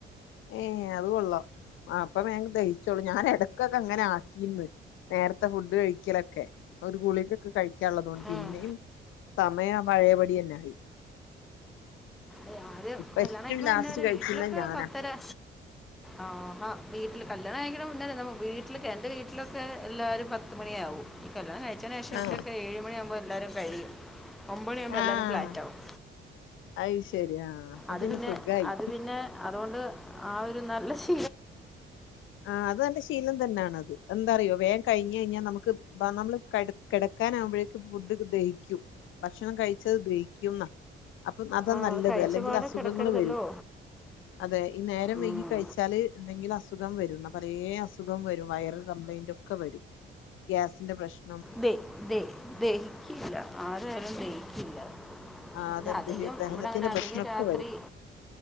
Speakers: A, on the left; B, in the centre.
A: ഏഹ് അത് കൊള്ളാം അപ്പം ഞങ്ങക് ദെഹിച്ചോളും ഞാനെ ഇടക്കൊക്കെ അങ്ങനെ ആക്കീന്ന് നേരത്തെ ഫുഡ് കഴി ഒരിക്കലൊക്കെ ഒരു ഗുളികക്കെ കയിക്കാനൊള്ളത് കൊണ്ട് പിന്നെയും
B: ഉം.
A: സമയം പഴയപടി തന്നെ ആയി
B: അഹ് ആദ്യം
A: ഇപ്പ
B: കല്യാണം
A: ഏറ്റവും
B: കയിക്കണ
A: ലാസ്റ്റ്
B: മുന്നാവരെ
A: കഴിക്കുന്നത്
B: വീട്ടിലൊക്കെ
A: ഞാനാ
B: പത്തരാ ആഹാ വീട്ടില് കല്യാണം കഴ്ക്കണ മുന്നേ വെരെ നമ്മ വീട്ടിലൊക്കെ എന്റെ വീട്ടിലൊക്കെ എല്ലാരും പത്ത് മണിയാവും ഈ കല്യാണം ക കല്യാണത്തിന് ശേഷം ഇവിടൊക്കെ
A: ആഹ്
B: ഏഴ് മണിയാമ്പോ എല്ലാരും കഴി ഒമ്പത് മണിയാവുമ്പോൾ എല്ലാവരും
A: ആഹ്
B: ഫ്ലാറ്റാവും
A: അയ് ശരി ആഹ് അപ്പൊ
B: അത് പിന്നെ
A: സുഖായി
B: അത് പിന്നെ അതോണ്ട് ആഹ് ഒര് നല്ലാ ശീ
A: ആഹ് അത് നല്ലാ ശീലം തന്നെയാണാത് എന്താറിയോ വേം കഴിഞ്ഞഴ്ഞ്ഞാ നമ്മ ക്ക് ബ നമ്മള് കട് കെടക്കാനാകുമ്പോഴേക്ക് ഫുഡ് ദെഹിക്കും ഭക്ഷണം കഴിച്ചത് ദെഹിക്കും ഇന്നാ അ അ അതാ
B: ആ
A: നല്ലത്
B: കഴിച്ചപാട്
A: അല്ലെങ്കില് അസുഖങ്ങൾ
B: കിടക്കരുതല്ലോ
A: വരും അതെ ഈ നേരം
B: ഉം.
A: വൈകി കഴിച്ചാല് എന്തെങ്കിലും അസു അസുഖം വരുന്ന പലേ അസുഖം വരും വയറൽ കംപ്ലൈന്റ് ഒക്കെ വരും ഗ്യാസിന്റെ പ്രശ്
B: ദെ ദെ ദെ ദഹിക്കില്ല ആരായാലും ദഹി ഇല്ല
A: ആഹ്
B: പിന്നെ
A: അതെന്ത്
B: അധികം
A: ഹി- ദഹനത്തിന്റെ
B: ഇവടെ അങ്ങനെ അധികം
A: പ്രശ്നൊക്കെ
B: രാത്രി
A: വരും.